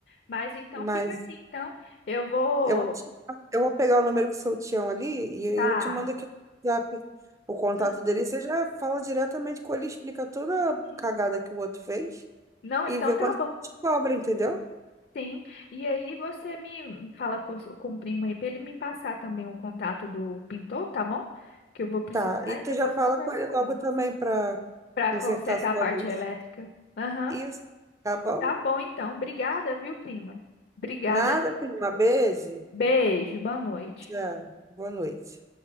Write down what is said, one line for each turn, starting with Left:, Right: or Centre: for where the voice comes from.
Left: Mas então
Right: Mas
Left: fica assim, então eu vou.
Right: eu, vou te- eu vou pegar o número que seu tião ali e eu
Left: Tá.
Right: eu te mando aqui no WhatsApp o contato
Left: Não,
Right: dele. Você já fala diretamente com ele, explica toda
Left: uhum.
Right: a cagada que o outro fez
Left: Não,
Right: e
Left: então
Right: vê quanto
Left: tá bom.
Right: que te cobra, entendeu?
Left: Sim. E aí você me fala com, o- com o primo aí para ele me passar também o contato do pintor, tá bom? Que eu vou precisar
Right: Tá, e tu
Left: e depois
Right: já fala
Left: eu converso
Right: com ele
Left: com
Right: logo
Left: ele
Right: também para
Left: para
Right: consertar
Left: consertar
Right: sua
Left: a parte
Right: luz.
Left: elétrica. Aham.
Right: Isso, tá bom?
Left: Tá bom, então. Obrigada, viu, prima? Obrigada.
Right: Nada, prima. Beijo.
Left: Beijo, boa noite.
Right: Tchau. Boa noite.